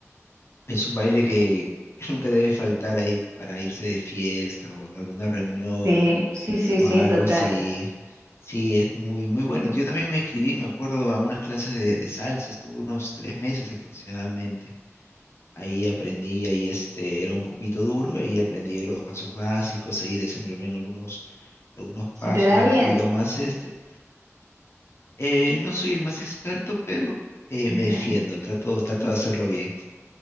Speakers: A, on the left; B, on the right.
A: es un baile que <laughs> nunca debe faltar ahí para irse de fiesta o en alguna reunión
B: Sí, sí, sí,
A: o
B: sí,
A: algo
B: total.
A: así. Sí, es muy, muy bueno. Yo también me inscribí, me acuerdo, a unas clases de, de salsa, estuve unos tres meses aproximadamente. Ahí aprendí, ahí este, era un poquito duro, ahí aprendí los pasos básicos, ahí desenvolví en algunos, algunos
B: ¿Se
A: pasos
B: te da
A: y
B: bien?
A: un poquito más este. Eh, no soy el más experto, pero eh,
B: <laughs>
A: me defiendo, trato, trato de hacerlo bien.